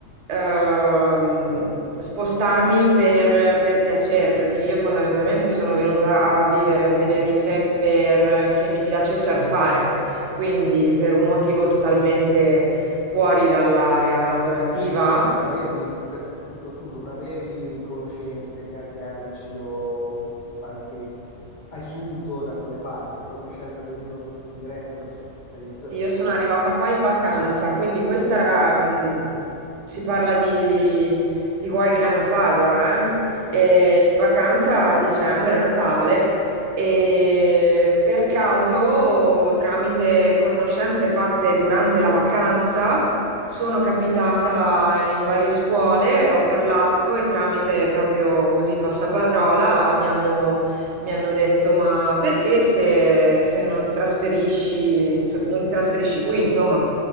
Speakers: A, on the right; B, on the left.
A: ehm, spostarmi per, per piacere, perché io fondamentalmente sono venuta a vivere a Tenerife perché mi piace surfare, quindi per un motivo totalmente fuori dall'area lavorativa
B: Ma non avevi, per- giusto, tu non avevi conoscenze, ga- agganci o qualche aiuto da quelle parti, l'hai proprio scelta così, proprio diretta verso- per il surf,
A: Sì, Io sono
B: per la
A: arrivata
B: passione.
A: qua in vacanza, quindi questa
B: Eh,
A: era, mh, si parla di, di qualche anno fa già, eh? E
B: sì?
A: in vacanza a dicembre, a Natale, e per caso, tramite conoscenze fatte durante la vacanza, sono capitata in varie scuole, ho parlato e tramite proprio così passaparola mi hanno mi hanno detto, ma perché se, se non ti trasferisci, inso- non ti trasferisci qui, insomma,